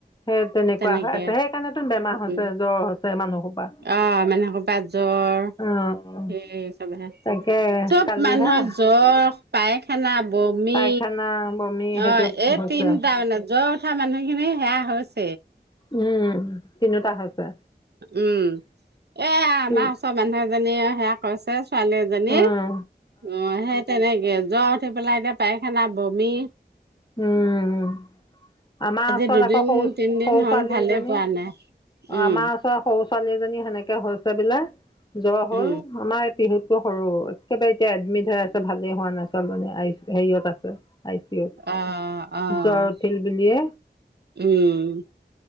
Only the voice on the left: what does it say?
সেই তেনেকুৱা
হৈ আছে সেইকাৰণেতো বেমাৰ হৈছে
জ্বৰ হৈছে মানুহসোপা
অঁ
তাকে
কালিহে
পায়খানা বমি সেইটো
হৈছে
উম তিনিওটা হৈছে
কি-
উম
উম। আমাৰ
ওচৰত
আকৌ স, ৰু
সৰু
ছোৱালী
এজনী,
আমাৰ ওচৰত সৰু ছোৱালীজনী সেনেকে হৈছে বোলে, জ্বৰ হ'ল
আমাৰ এই সৰু, একেবাৰে এতিয়া এডমিট হৈ আছে, ভালেই হোৱা নাই মানে, হেৰিয়ত আছে আই চি ইউত,
জ্বৰ উঠিল বুলিয়ে